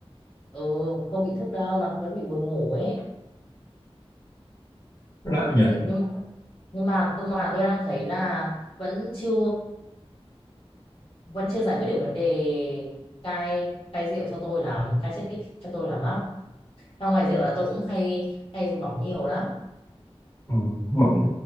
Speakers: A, on the left; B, on the left.
A: ừ không bị thức đâu mà vẫn bị buồn ngủ ấy
B: lại nhỉ
A: đấy nhưng mà nhưng mà cơ mà tôi đang thấy là vẫn chưa vẫn chưa giải quyết được vấn đề cai cai rượu cho tôi lắm cai chất kích thích cho tôi lắm á ra ngoài rượu là tôi cũng hay hay dùng bóng nhiều lắm
B: ừ. Bảo